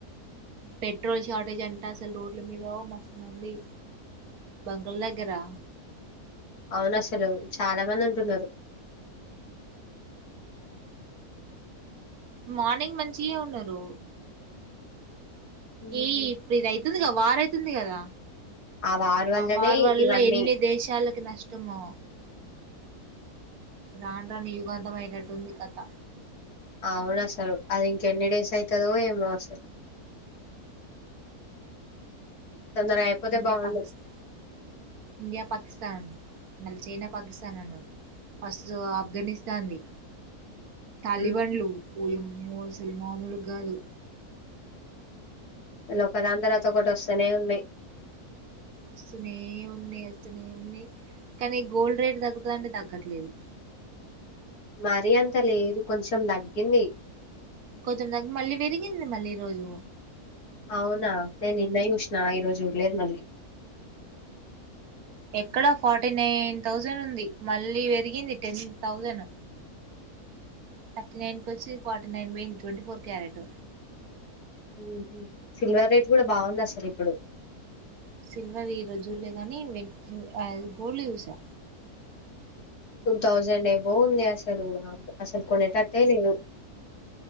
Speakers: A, on the right; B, on the left.
A: పెట్రోల్ షార్టేజ్ అంటా అసలు రోడ్ల మీద మస్తు మంది బంక్ లు దెగ్గరా
B: అవున అసలు చాలా మంది ఉంటున్నారు.
A: మార్నింగ్ మంచిగే ఉన్నారు.
B: ఉమ్,
A: ఏ ఇప్పుడిది అయితుందిగా వార్ స్తుంది కదా
B: ఆ వార్ వల్లనే
A: వార్ వల్ల
B: ఇవన్నీ
A: ఎన్ని దేశాలకి నష్టమో రాను రాను యుగాంతం అయ్యేటట్టు ఉంది కథ
B: అవును అసలు అది ఇంక ఎన్ని డేస్ అయితదో ఏమో అసలు తొందరగా అయిపోతే
A: ఇండియా
B: బాగుండు
A: పాకిస్త్ ఇండియా పాకిస్థాన్ మళ్ళీ చైనా పాకిస్తాన్ అన్నవ్ ఫస్ట్ ఆఫ్ఘనిస్తాన్ది టాలీ
B: ఉమ్,
A: బన్లు కూలింగ్ మోజులు మామూలు కాదు
B: <unintelligible> ఒకదాని తర్వాత ఒకటి వస్తనే ఉన్నాయి
A: వస్తూనే ఉన్నాయి వస్తూనే ఉన్నాయి కానీ గోల్డ్ రేట్ తగ్గుతదా అంటే తగ్గట్లేదు
B: మరి అంత లేదు కొంచెం తగ్గింది
A: కొంచం తగ్గి మళ్ళీ పెరిగింది మళ్ళీ ఈ రోజు
B: అవునా నేను నిన్నై చూసిన ఈరోజు చూడలేదు మళ్ళీ
A: ఎక్కడ ఫార్టీ నైన్ థౌసండ్ ఉంది మళ్ళీ పెరిగింది టెన్ థౌజండ్ థర్టీ నైన్ కి వచ్చి ఫార్టీ నైన్ కి పోయింది ట్వెంటి ఫోర్ క్యారెట్
B: హ్మ్ హు సిల్వర్ రేట్ కూడా బాగుందసల్ ఇప్పుడు
A: సిల్వర్ ఈ రోజు జులే కాని వెన్ గోల్డ్ చూసా
B: టూ థౌజండ్ ఏబో ఉంది అసలు అసలు కొనేటట్టే లేదు